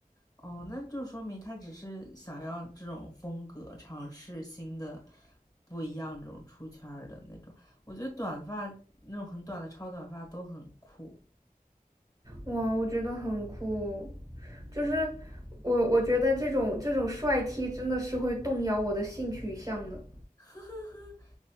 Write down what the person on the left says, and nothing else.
哦，那就说明他只是想要这种风格，尝试新的、不一样这种出圈儿的那种。我觉得短发那种很短的超短发都很酷。
<laughs>